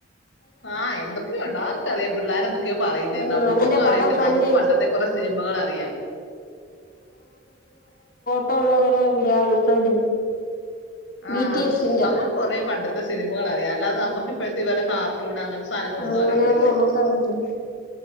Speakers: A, on the left (about 80°); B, on the left (about 50°).
A: ആഹ് എന്തൊക്കെയോ ഉണ്ട് ആർക്കറിയാം പിള്ളേർ എന്തൊക്കെയോ പറയുന്ന
B: ഉം
A: നമ്മുക്കൊന്നും
B: അതിന്റെ പടം
A: അറിയത്തില്ല
B: ഫ്രണ്ട്
A: നമുക്ക് പണ്ടത്തെ കുറെ സിനിമകളറിയാം
B: ഇപ്പോള്ളറോ <unintelligible> ഫ്രണ്ടില്
A: ആഹ്
B: ബി ടി എസിന്റെ
A: നമ്മുക്ക് കൊറെ പണ്ടത്തെ സിനിമകൾ അറിയാം അല്ലാതെ നമുക്ക് ഇപ്പഴത്തെ ഇവരുടെ കാർട്ടൂൺ അങ്ങനെ സാധനങ്ങളൊന്നും
B: അങ്ങനെയൊന്നും
A: അറിയത്തില്ല
B: നമ്മുക്ക് അറിയത്തില്ല